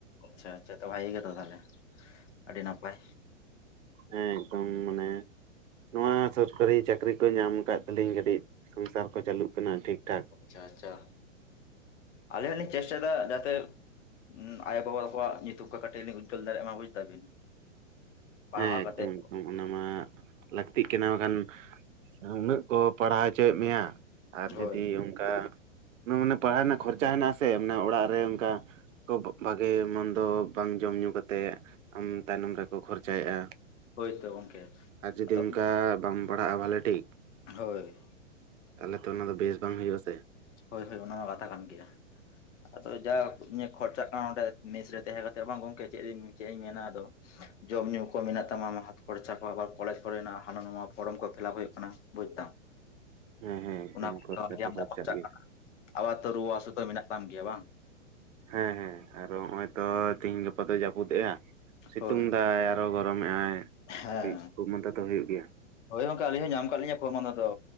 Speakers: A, on the left (about 65°); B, on the right (about 80°).
A: ᱟᱪᱪᱷᱟ ᱟᱪᱪᱷᱟ ᱛᱚ ᱵᱷᱟᱹᱜᱤ ᱜᱮᱛᱚ ᱛᱟᱦᱚᱞᱮ ᱟᱹᱰᱤ ᱱᱟᱯᱟᱭ᱾
B: ᱦᱮᱸ ᱮᱠᱫᱚᱢ ᱢᱟᱱᱮ ᱱᱚᱣᱟ ᱥᱚᱨᱠᱟᱨᱤ ᱪᱟᱹᱠᱨᱤ ᱠᱚ ᱧᱟᱢ ᱟᱠᱟᱫ ᱛᱟᱹᱞᱤᱧ ᱠᱟᱹᱴᱤᱡ ᱥᱚᱝᱥᱟᱨ ᱠᱚ ᱪᱟᱹᱞᱩᱜ ᱠᱟᱱᱟ ᱴᱷᱤᱠᱴᱷᱟᱠ᱾
A: ᱟᱪᱪᱷᱟ ᱟᱪᱪᱷᱟ, ᱟᱹᱞᱤᱧ ᱦᱚᱞᱤᱧ ᱪᱮᱥᱴᱟᱭ ᱮᱫᱟ ᱡᱟᱛᱮ ᱦᱩᱸ ᱟᱭᱳ ᱵᱟᱵᱟ ᱠᱚᱣᱟᱜ ᱧᱩᱛᱩᱢ ᱠᱚ ᱠᱟᱹᱴᱤᱡ ᱞᱤᱧ ᱩᱡᱡᱚᱞ ᱫᱟᱲᱮᱭᱟᱜ ᱢᱟ ᱵᱩᱡ ᱫᱟᱵᱤᱱ᱾ ᱯᱟᱲᱦᱟᱣ
B: ᱦᱮᱸ ᱮᱠᱫᱚᱢ
A: ᱠᱟᱛᱮᱫ
B: ᱮᱠᱫᱚᱢ ᱚᱱᱟ ᱢᱟ ᱞᱟᱹᱠᱛᱤᱜ ᱠᱟᱱᱟ ᱵᱟᱠᱷᱟᱱ ᱩᱱᱟᱹᱜ ᱠᱚ ᱯᱟᱲᱦᱟᱣ ᱦᱚᱪᱚᱭᱮᱫ ᱢᱮᱭᱟ ᱟᱨ
A: ᱦᱳᱭ
B: ᱡᱩᱫᱤ ᱚᱝᱠᱟ ᱢᱟᱱᱮ ᱯᱟᱲᱦᱟᱜ ᱨᱮᱱᱟᱜ ᱠᱷᱚᱨᱪᱟ ᱦᱮᱱᱟᱜᱼᱟ ᱥᱮ ᱚᱱᱟ ᱚᱲᱟᱜ ᱨᱮ ᱚᱱᱠᱟ ᱠᱚ ᱵᱷᱟᱜᱮ ᱢᱚᱱᱫᱚ ᱵᱟᱝ ᱡᱚᱢ ᱧᱩ ᱠᱟᱛᱮᱫ ᱟᱢ ᱛᱟᱭᱱᱚᱢ ᱨᱮᱠᱚ ᱠᱷᱚᱨᱪᱟᱭᱮᱜᱼᱟ᱾
A: ᱦᱳᱭ ᱛᱚ ᱜᱚᱝᱠᱮ
B: ᱟᱨ ᱡᱩᱫᱤ
A: ᱟᱫᱚ
B: ᱚᱱᱠᱟ ᱵᱟᱢ ᱯᱟᱲᱦᱟᱜᱼᱟ ᱵᱷᱟᱞᱮ ᱴᱷᱤᱠ
A: ᱦᱳᱭ,
B: ᱛᱟᱦᱚᱞᱮ ᱛᱚ ᱚᱱᱟ ᱫᱚ ᱵᱮᱥ ᱵᱟᱝ ᱦᱩᱭᱩᱜᱼᱟ ᱥᱮ᱾
A: ᱦᱳᱭ ᱦᱳᱭ ᱚᱱᱟᱢᱟ ᱠᱟᱛᱷᱟ ᱠᱟᱱ ᱜᱮᱭᱟ, ᱟᱫᱚ ᱡᱟ ᱱᱤᱭᱟᱹ ᱠᱷᱚᱨᱪᱟᱜ ᱠᱟᱱᱟ ᱚᱸᱰᱮ ᱢᱮᱥ ᱨᱮ ᱛᱟᱦᱮᱸ ᱠᱟᱛᱮᱜ ᱵᱟᱝ ᱜᱚᱝᱠᱮ ᱪᱮᱫ ᱪᱮᱫ ᱤᱧ ᱢᱮᱱᱟ ᱟᱫᱚ ᱡᱚᱢ ᱧᱩ ᱠᱚ ᱢᱮᱱᱟᱜ ᱛᱟᱢᱟ ᱟᱢᱟᱜ ᱦᱟᱛ ᱠᱷᱚᱨᱪᱟ ᱠᱚ ᱟᱵᱟᱨ ᱠᱚᱞᱮᱡ ᱠᱚ ᱨᱮᱱᱟᱜ ᱦᱟᱱᱟ ᱱᱷᱟᱣᱟ ᱯᱷᱚᱨᱚᱢ ᱠᱚ ᱯᱷᱤᱞᱟᱯ ᱦᱩᱭᱩᱜ ᱠᱟᱱᱟ ᱵᱩᱡ ᱫᱟᱢ᱾ <inaudible>
B: ᱦᱮᱸ ᱦᱮᱸ ᱮᱠᱫᱚᱢ
A: ᱚᱱᱟ ᱠᱚ
B: ᱠᱷᱚᱨᱪᱟ ᱛᱚ
A: ᱟᱢᱫᱟ
B: ᱠᱷᱚᱨᱪᱟᱜ ᱜᱮᱭᱟ᱾
A: ᱠᱟᱱᱟ ᱟᱵᱟᱨ ᱛᱚ ᱨᱩᱣᱟᱹᱜ ᱦᱟᱹᱥᱩ ᱛᱚ ᱢᱮᱱᱟᱜ ᱛᱟᱢ ᱜᱮᱭᱟ ᱵᱟᱝ,
B: ᱦᱮᱸ ᱦᱮᱸ ᱟᱨᱚ ᱱᱚᱜ ᱚᱭ ᱛᱚ ᱛᱮᱦᱤᱧ ᱜᱟᱯᱟ ᱫᱚᱭ ᱡᱟᱹᱯᱩᱫᱮᱜᱼᱟ, ᱥᱤᱛᱩᱝ
A: ᱦᱳᱭ
B: ᱫᱟᱭ ᱟᱨᱚ ᱜᱚᱨᱚᱢᱮᱜ ᱟᱭ
A: ᱦᱮᱸ
B: ᱠᱟᱹᱴᱤᱡ ᱠᱷᱩᱜ ᱢᱟᱫᱟ ᱫᱚ ᱦᱩᱭᱩᱜ ᱜᱮᱭᱟ᱾
A: ᱦᱳᱭ ᱜᱚᱝᱠᱮ ᱟᱹᱞᱤᱧ ᱦᱚᱸ ᱧᱟᱢ ᱠᱟᱜ ᱞᱤᱧᱟ ᱠᱷᱩᱜ ᱢᱟᱫᱟ ᱫᱚ